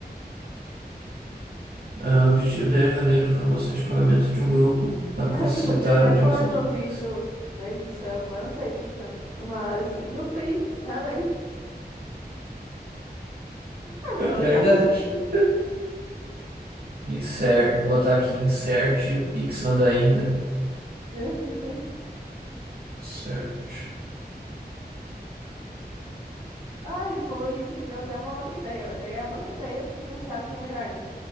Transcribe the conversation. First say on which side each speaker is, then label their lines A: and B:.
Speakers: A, on the right; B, on the right.
A: Ah, O objetivo dela é reunir informações de pagamento de um grupo para
B: Ah,
A: facilitar
B: tu podia até
A: a
B: pôr
A: divisão
B: no
A: do
B: vídeo,
A: Pix.
B: na edição, mas não sei, chutando uma hora assim. E o Pix, nada aí. <laughs> Ah, fica
A: <laughs>
B: legal.
A: Verdade.
B: <laughs>
A: Insert, vou botar aqui, insert o Pix nada ainda.
B: É Isso aí.
A: Certo.
B: Ah, isso falou isso, me deu até uma outra ideia, mas aí é um monte de ideia, tem que pensar quem é melhor, né?